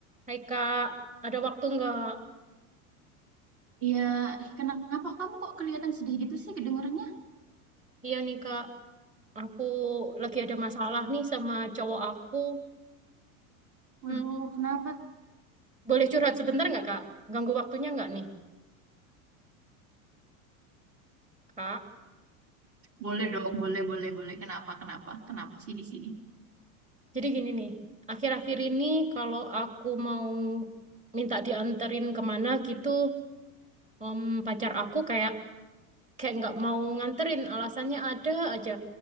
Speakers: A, on the right; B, on the right.
A: Hai Kak, ada waktu nggak?
B: Iya, ih, kenapa kamu kok kelihatan sedih gitu sih kedengarannya?
A: Iya nih Kak, aku lagi ada masalah nih sama cowok aku.
B: Waduh,
A: Hmm,
B: kenapa?
A: boleh curhat sebentar nggak Kak? Ganggu waktunya nggak nih Kak?
B: Boleh dong, boleh, boleh, boleh. Kenapa, kenapa, kenapa sih di sini?
A: Jadi gini nih, akhir-akhir ini kalau aku mau minta dianterin kemana gitu, em, pacar aku kayak kayak nggak mau nganterin, alasannya ada aja.